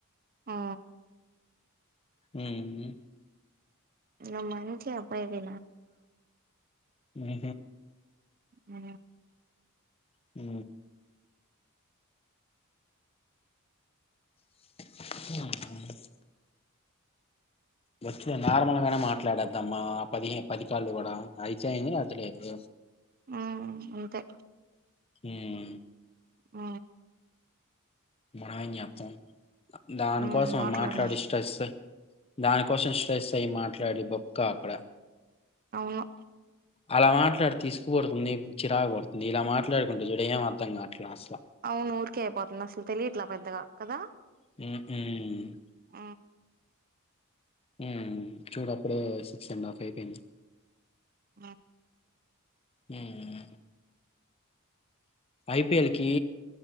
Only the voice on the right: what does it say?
ఆ
నువ్వు మంచి అబ్బాయివి
ఉ
ఆ అంతే
ఆ
మ్మ్ మాట్లాడదాం
అవును
అవును ఊరీకే అయిపోతుంది అసలు తెలియ ఇట్లా పెద్దగా కదా
ఆ
ఆ